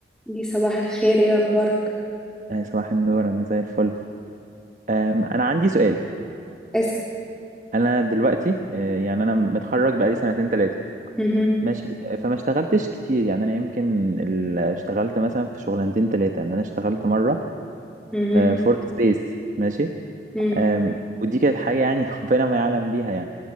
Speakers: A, in the centre; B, on the right.
A: دي صباح الخير ايه اخبارك
B: آه، صباح النور انا زي الفل آم، انا عندي سؤال
A: اسأل
B: انا دلوقتي آه، يعني انا متخرج بقالي سنتين ثلاثه
A: مهم.
B: ماشي آه، فما اشتغلتش كتير يعني انا يمكن ال- اشتغلت مثلا في شغلانتين ثلاثه يعني انا اشتغلت مره
A: مهم.
B: في ورك سبيس ماشي
A: مم.
B: آم، ودي كانت حاجه يعني <laughs> ربنا ما يعلم بيها يعني